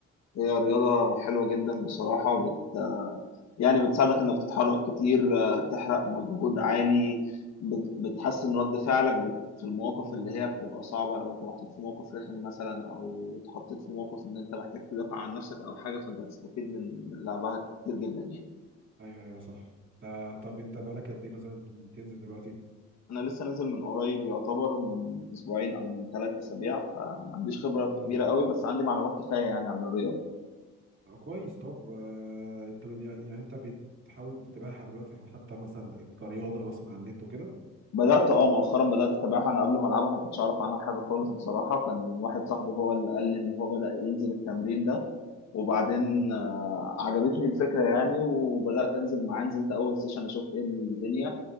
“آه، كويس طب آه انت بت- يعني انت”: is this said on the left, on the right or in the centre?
Right